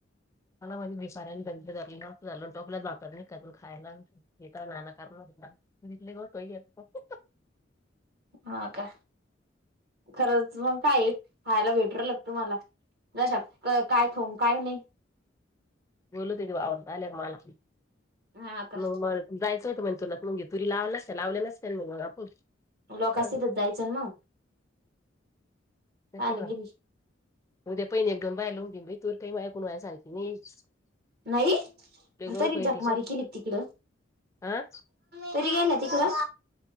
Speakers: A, on the left (about 15°); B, on the right (about 55°).
A: <unintelligible> <unintelligible>
B: हा का खरंच मग काय एक खायला भेट कळलं का तुम्हाला जशा काय खाऊ न काय नाही.
A: बोल होते त वावर आल्या मला
B: हा का
A: मग म जायचं होतं म्हण तुरनात मग घ तुरी लाव नसते लावले नसे मग मगा आपूर
B: लोकांस
A: ह
B: तिथंच जायचं ना मग
A: नटिकला
B: काल गेली
A: उद्या पहि एकदऊन बाहेलाऊन घेन तुर काही मा को्हाय सारखी नाही <unintelligible>
B: नाही
A: लय गवत
B: तरी
A: होईल
B: जकमारी
A: तिच्यात
B: केली तिकड
A: हा
B: तरी घ्या ना तिकडं